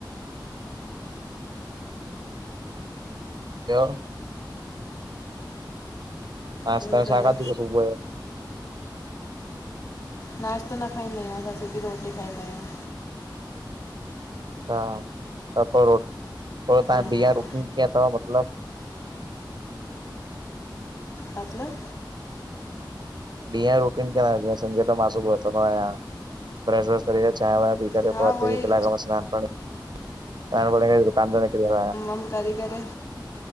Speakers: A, on the right; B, on the left.
A: ॿियो आस
B: ॿियो
A: पास
B: ॿुधायो?
A: आवाज सुबह जो
B: नाश्तो न खाईंदा आहियूं, असां सिधी रोटी खाईंदा आहियूं।
A: अच्छा त पोइ रोट पोइ तव्हां
B: हम्म
A: बीह रोटी कीअं अथव मतलबु
B: मतलब?
A: ॾींहं जो रुटीन कंद जीअं समझो त मां सुबुह उथंदो आहियां। ब्रश- व्रश करी करे, चांयं- वांय पी करे
B: हा
A: पो अधे
B: उहो ई
A: कलाक में सनान पाणी <unintelligible> नान बो कानन कीव
B: कम करे करे।